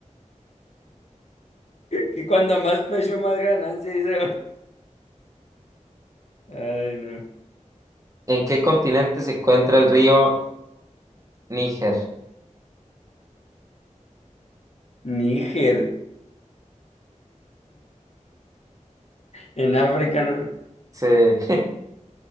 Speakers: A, on the left (about 55°); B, on the right (about 25°).
A: Que cuando más pecho, más ganancia, dice. Ay, no.
B: ¿En qué continente se encuentra el río Níger?
A: Níger, en África, no.
B: Sí. <laughs>